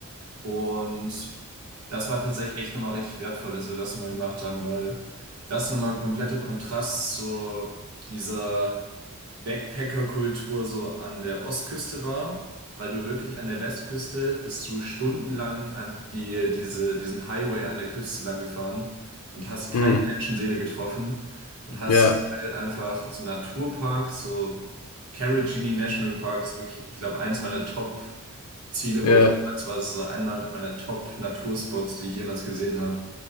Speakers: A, on the right; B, on the left.
A: und das war tatsächlich echt nochmal richtig wertvoll, dass wir das nochmal gemacht haben, weil das nochmal ein kompletter Kontrast zu dieser Backpacker-Kultur so an der Ostküste war, weil du wirklich an der Westküste bist du stundenlang einfach die, diese, diesen Highway an der Küste lang gefahren und hast keine
B: Hm.
A: Menschenseele getroffen und hast
B: Ja,
A: zum Teil einfach so Naturparks, so Carrageenan National Park ist wirklich, ich glaube, eins meiner Top-Ziele,
B: ja,
A: wo ich jemals war, das ist so einmal meiner Top-Naturspots, die ich jemals gesehen habe.